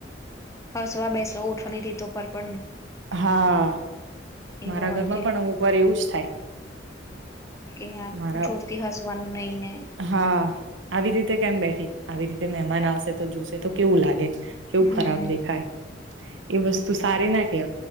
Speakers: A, on the left; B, on the right.
A: હસવા બેસવા ઉઠવાની તી તો પર પણ
B: હા.
A: એવું
B: મારા
A: હોય
B: ઘરમાં
A: કે
B: પણ અમુક વાર એવું જ થાય
A: કે
B: મારા
A: જોરથી હસવાનું નઈ ને.
B: હા આવી રીતે કેમ બેઠી આવી રીતે મહેમાન આવશે તો જોશે તો કેવું લાગે. કેવું
A: હમ
B: ખરાબ દેખાય એ વસ્તુ. સારી